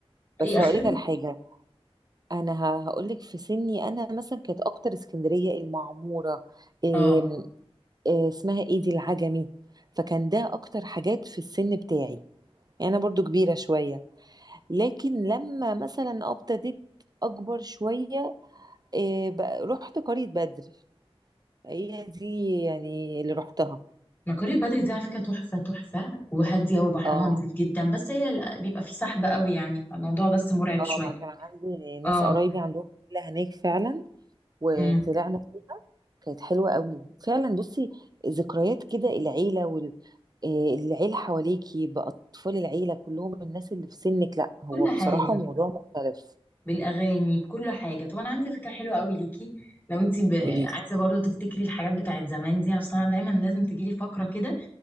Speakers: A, on the right; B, on the left.
A: بس
B: اي اخر
A: هقولك على حاجه انا ه- هقولك في سني انا مثلا كانت اكتر اسكندريه المعموره إيه
B: اه
A: إيه اسمها ايه دي العجمي فكان ده اكتر حاجات في السن بتاعي يعني انا برضو كبيره شويه لكن لما مثلا ابتديت اكبر شويه إيه بقى رحت قرية بدر هي دي يعني اللي رحتها
B: مكاري بدري دي على فكرة تحفة تحفة وهادية وبحرها
A: اه
B: نظيف جدا بس هي ال- بيبقى في سحب قوي يعني فالموضوع بس مرعب
A: اه
B: شوية
A: ما كان عندي ناس
B: اه
A: قرايبي عندهم فيلا هناك فعلا وطلعنا
B: امم
A: فيه، كانت حلوة قوي فعلا بصي ذكريات كده العيلة والعيلة حواليكي بأطفال العيلة كلهم الناس اللي في سنك لا هو
B: كل
A: بصراحة
B: حاجة
A: موضوع مختلف
B: بالأغاني بكل حاجة طب أنا عندي فكرة حلوة قوي ليكي لو انت ب...
A: قوليلي
B: عايزة برضو تفتكري الحاجات بتاعت زمان دي أصلا دايما لازم تجيلي فقرة كده